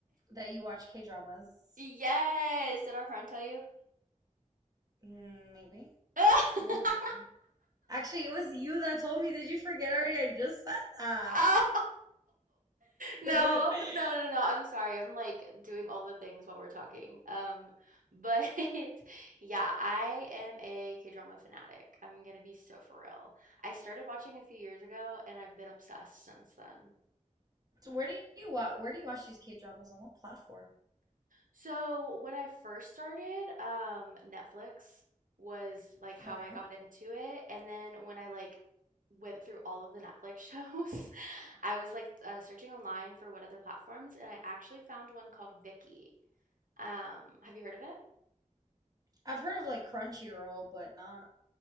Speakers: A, on the right; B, on the right.
A: that you watch K-dramas.
B: Yes! Did our friend tell you?
A: Mm, maybe,
B: <laughs>
A: maybe, maybe. Actually, it was you that told me. Did you forget already? I just said that.
B: Oh! No,
A: <laughs>
B: no, no, no. I'm sorry. I'm like doing all the things while we're talking. Um, but <laughs> yeah, I am a K-drama fanatic. I'm gonna be so for real. I started watching a few years ago and I've been obsessed since then.
A: So where do you wa where do you watch these K-dramas on what platform?
B: So when I first started, um, Netflix was like how
A: Okay.
B: I got into it. And then when I like went through all of the Netflix shows, <laughs> I was like uh, searching online for what other platforms, and I actually found one called Viki. Um, have you heard of it?
A: I've heard of like Crunchyroll, but not